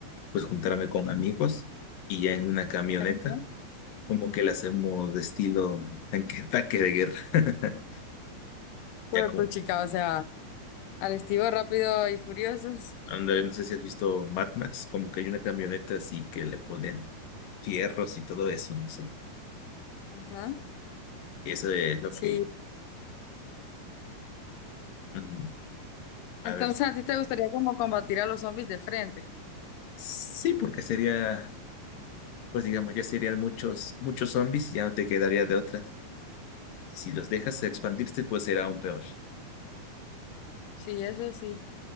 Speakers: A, on the left; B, on the left.
A: pues juntarme con amigos y ya en una camioneta,
B: Ajá.
A: como que la hacemos de estilo tanque, tanque de guerra. <laughs>
B: Pues,
A: Ya como,
B: pues chica, o sea, al estilo rápido y furiosos.
A: ándale, no sé si has visto Mad Max, como que hay una camioneta así que le ponen fierros y todo eso, no sé.
B: Ajá.
A: Y eso es lo
B: Sí.
A: que... ujú. A
B: Entonces,
A: ver,
B: ¿a ti te gustaría como combatir a los zombies de frente?
A: sí, porque sería pues digamos, ya serían muchos, muchos zombies y ya no te quedaría de otras. Si los dejas expandirse, pues será aún peor.
B: Sí, eso sí.